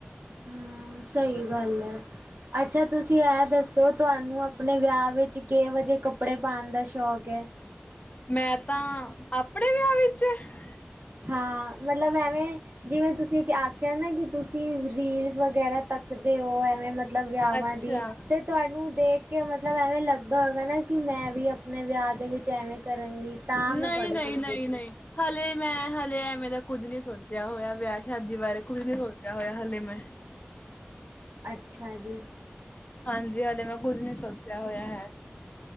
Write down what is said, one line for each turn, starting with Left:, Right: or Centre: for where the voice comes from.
Right: ਹਮ ਸਹੀ ਗੱਲ ਹੈ। ਅੱਛਾ ਤੁਸੀਂ ਇਹ ਦੱਸੋ ਤੁਹਾਨੂੰ ਆਪਣੇ ਵਿਆਹ ਵਿੱਚ ਕਿਹੋ ਜਿਹੇ ਕੱਪੜੇ ਕੱਪੜੇ ਪਾਉਣ ਦਾ ਸ਼ੌਕ ਹੈ?
Left: ਮੈਂ ਤਾਂ ਆਪਣੇ ਵਿਆਹ ਵਿੱਚ
Right: ਹਾਂ, ਮਤਲਬ ਐਵੇਂ ਜਿਵੇਂ, ਤੁਸੀਂ ਆਖਿਆ ਨਾ ਕਿ ਤੁਸੀਂ ਰੀਲਸ ਵਗੈਰਾ ਤੱਕਦੇ ਹੋ, ਐਵੇਂ ਮਲਬ ਮਤਲਬ ਵਿਆਹਵਾਂ
Left: ਅੱਛਾ
Right: ਦੀ ਤੇ ਤੁਹਾਨੂੰ ਦੇਖ ਕੇ ਮਤਲਬ ਐਵੇਂ ਲੱਗਦਾ ਹੋਏਗਾ ਨਾ ਕਿ ਮੈਂ ਵੀ ਆਪਣੇ ਵਿਆਹ ਦੇ ਵਿੱਚ ਐਵੇਂ ਕਰਾਂਗੀ। ਤਾਂ ਮੈਂ
Left: ਨਹੀਂ
Right: ਤੁਹਾਡੇ
Left: -ਨਹੀਂ-
Right: ਕੋਲ
Left: ਨਹੀਂ
Right: ਗਈ ਸੀ।
Left: -ਨਹੀਂ। ਹਲੇੇ ਮੈਂ ਹਲੇੇ ਐਵੇਂ ਦਾ ਕੁੱਝ ਨਹੀਂ ਸੋਚਿਆ ਹੋਇਆ, ਵਿਆਹ ਸ਼ਾਦੀ ਬਾਰੇ ਕੁੱਝ ਨਹੀਂ ਸੋਚਿਆ ਹੋਇਆ ਹਲੇੇ ਮੈਂ।
Right: ਅੱਛਾ ਜੀ।
Left: ਹਾਂਜੀ, ਹਾਲੇ ਮੈਂ ਕੁਝ ਨੀ ਸੋਚਿਆ ਹੋਇਆ ਹੈ।